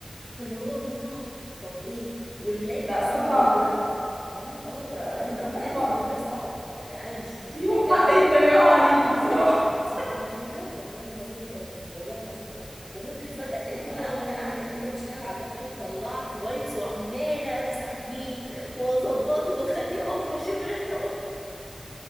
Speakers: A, in the centre; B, on the right (about 75°).
A: فاللي هو ماما طب ايه والملايه كانت
B: لا
A: لسه
B: ده
A: متغيره
B: صعب ده
A: اه اه اه
B: لا ده
A: انا
B: ده,
A: معترفه
B: ده صعب
A: ان انا
B: ده
A: صعبه يعني انا مش مش
B: ليهم
A: معترفه
B: حق يتريقوا عليكي بصراحة
A: انت بتقولي فيها والله العظيم اه والله العظيم اه وممكن فجاه تلاقيني
B: اه
A: بقى وانا قاعده
B: يعني
A: كده بشتغل على اللابتوب طلعت وايبس وعماله امسح فيه واظبطه واخليه قمر واشم ريحته قمر.